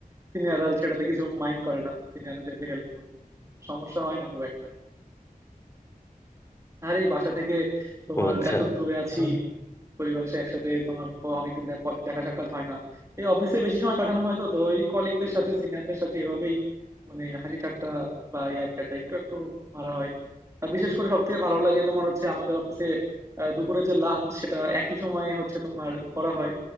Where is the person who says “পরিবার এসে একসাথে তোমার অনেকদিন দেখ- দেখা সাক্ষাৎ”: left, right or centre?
Right